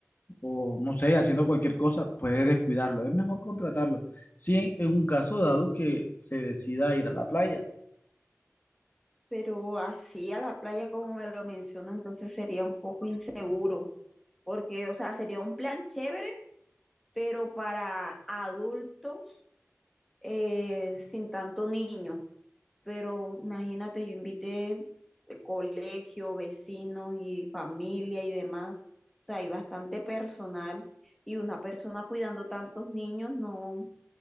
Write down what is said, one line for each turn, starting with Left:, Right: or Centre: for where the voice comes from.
Left: o no sé, haciendo cualquier cosa, puede descuidarlo. Es mejor contratarlo. Si en un caso dado que se decida ir a la playa,
Centre: pero así a la playa como me lo menciona, entonces sería un poco inseguro, porque, o sea, sería un plan chévere, pero para adultos eh, sin tanto niño. Pero imagínate, yo invité de colegio, vecinos y familia y demás. O sea, hay bastante personal y una persona cuidando tantos niños, no.